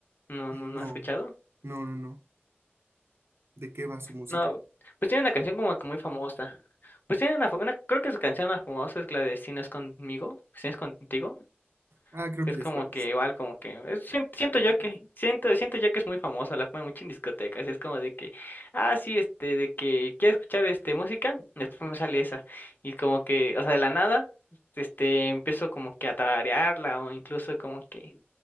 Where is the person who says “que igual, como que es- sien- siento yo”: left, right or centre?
Left